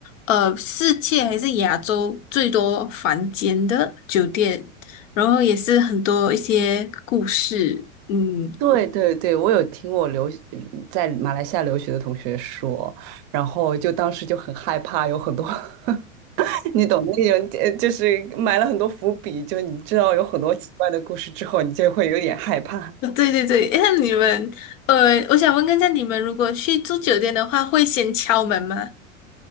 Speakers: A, on the left; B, on the right.
A: 呃，世界还是亚洲最多房间的酒店，然后也是很多一些故事，嗯，
B: 对对对，我有听我留学在马来西亚留学的同学说，然后就当时就很害怕，有很多 <laughs> 你懂那种，呃就是埋了很多伏笔，就你知道有很多奇怪的故事之后，你就会有点害怕。
A: 对对对对，那你们，呃，我想问一下，你们如果去住酒店的话，会先敲门吗？